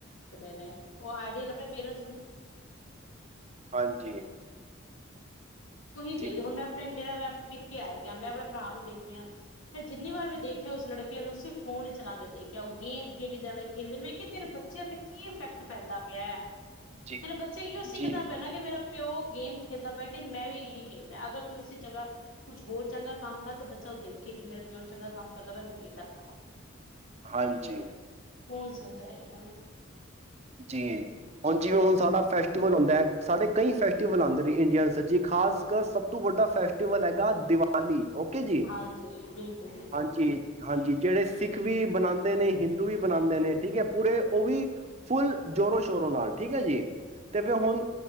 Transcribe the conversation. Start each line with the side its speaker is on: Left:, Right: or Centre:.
Left: <unintelligible> ਨੇ ਉਹ ਆਈਡੀਅਲ ਆਪਣੇ ਪੇਰੈਂਟਸ ਨੂੰ
Right: ਹਾਂਜੀ
Left: ਤੁੂੰਹੀ ਦੇਖਦੇ
Right: ਜੀ,
Left: ਹੁਣ ਮੈਂ ਆਪਣੇ- ਫੇ ਮੈਂ ਆਪਣੇ ਪਿੱਕੇ ਆਏ ਦੀਾਂ ਮੈਂ ਆਪਣੇ ਭਰਾ ਨੂੰ ਦੇਖਣੀ ਆ ਮੈਂ ਜਿੰਨੀ ਵਾਰ ਵੀ ਦੇਖਿਆ ਉਸ ਲੜਕੇ ਨੂ ਸਿਰਫ ਫੋਨ ਹੀ ਚਲਾਉਂਦੇ ਦੇਖਿਆ ਉਹ ਗੇਮ ਖੇਲੀ ਜਾਂਦਾ ਖੇਲੀ ਜਾਂ ਮੈਂ ਕਿ ਤੇਰੇ ਬੱਚਿਆਂ ਤੇ ਕੀ ਇਫੈਕਟ ਪੈਂਦਾ ਪਿਆ
Right: ਜੀ,
Left: ਮੇਰੇ ਬੱਚੇ ਕਿ ਸਿੱਖਦਾ
Right: ਜੀ,
Left: ਪੈ ਨਾ ਕਿ ਮੇਰਾ ਤੇ ਉਹ ਗੇਮ ਖੇਡਦਾ ਪਿਆ ਕਿ ਮੈਂ ਵੀ <unintelligible> ਅਗਰ ਤੂੰ ਇਸ ਜਗ੍ਹਾ ਕੁਛ ਹੋਰ ਚੰਗਾ ਕੰਮ ਬੱਚਾ ਉਹ ਦੇਖੇ ਕਿ ਮੇਰਾ ਫ ਉਹ ਚੰਗਾ ਕੰਮ ਕਰਦਾ ਵੈ ਮੈਂ ਵੀ ਕਰਨਾ ਵਾ
Right: ਹਾਂਜੀ
Left: ਉਹ ਸੁਲਝਾਏਗਾ ਨਾ
Right: ਜੀ ਹੁਣ ਜਿਵੇਂ ਹੁਣ ਸਾਡਾ ਫੈਸਟੀਵਲ ਹੁੰਂਦਾ ਹੈ ਸਾਡੇ ਕਈ ਫੈਸਟੀਵਲ ਆਉਂਦੇ ਨੇ ਇੰਡੀਅਨਸ ਜੀ ਖਾਸ ਕਰ ਸਭ ਤੋਂ ਵੱਡਾ ਫੈਸਟੀਵਲ ਹੈਗਾ ਦੀਵਾਲੀ ਓਕੇ ਜੀ
Left: ਹਾਂਜੀ ਬਿਲਕੁਲ ਬਿਲਕੁਲ
Right: ਹਾਂਜੀ ਹਾਂਜੀ ਜਿਹੜੇ ਸਿੱਖ ਵੀ ਬਣਾਉਂਦੇ ਨੇ ਹਿੰਦੂ ਵੀ ਬਣਾਉਂਦੇ ਨੇ ਠੀਕ ਹੈ ਪੂਰੇ ਉਹ ਵੀ ਫੁੱਲ ਜ਼ੋਰੋ ਸ਼ੋਰੋ ਨਾਲ ਠੀਕ ਹੈ ਜੀ ਅਤੇ ਫਿਰ ਹੁਣ